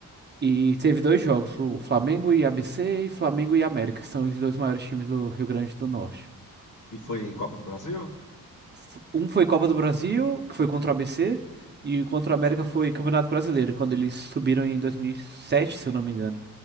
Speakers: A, on the right (about 30°); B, on the left (about 60°).
A: E teve dois jogos, o Flamengo e ABC e Flamengo e América, que são os dois maiores times do Rio Grande do Norte.
B: E foi Copa do Brasil?
A: f- Um foi Copa do Brasil, que foi contra o ABC, e contra o América foi Campeonato Brasileiro, quando eles subiram em 2007, se eu não me engano.